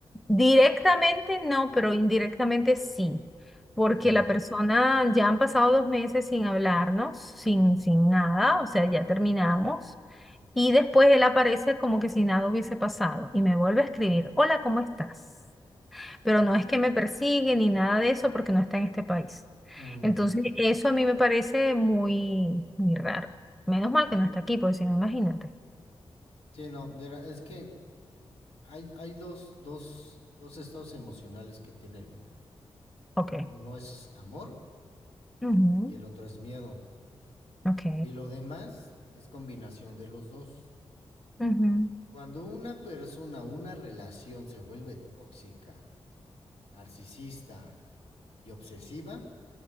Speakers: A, in the centre; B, on the left.
A: Directamente no, pero indirectamente sí, porque
B: Ujú,
A: la persona ya han pasado dos meses sin hablarnos, sin, sin nada, o sea, ya terminamos, y después él aparece como que si nada hubiese pasado y me vuelve a escribir, hola, ¿cómo estás? Pero no es que me persigue ni nada de eso porque no está en este país.
B: ujú.
A: Entonces, eso a mí me parece muy, muy raro. Menos mal que no está aquí, porque si no, imagínate.
B: Sí, no, mira, es que hay, hay dos, dos, dos estados emocionales que tiene el humano.
A: Ok.
B: Uno es amor
A: Ujú,
B: y el otro es miedo.
A: Ok.
B: Y lo demás es combinación de los dos.
A: Ujú,
B: Cuando una persona, una relación se vuelve tóxica, narcisista y obsesiva,